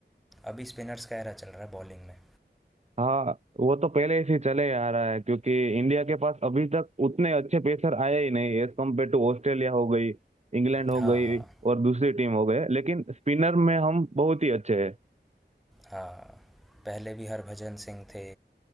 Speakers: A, in the centre; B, on the right (about 35°).
A: अभी स्पिनर्स का एरा चल रहा है बॉलिंग में
B: हाँ वो तो पहले से चले आ रहा है क्योंकि इंडिया के पास अभी तक उतने अच्छे पेसर आए ही नहीं एज कम्पेयर टू ऑस्ट्रेलिया हो गई इंग्लैंड हो
A: हाँ
B: गई
A: हाँ
B: और दूसरी टीम हो गए लेकिन स्पिनर में हम बहुत ही अच्छे हैं
A: हाँ पहले भी हरभजन सिंह थे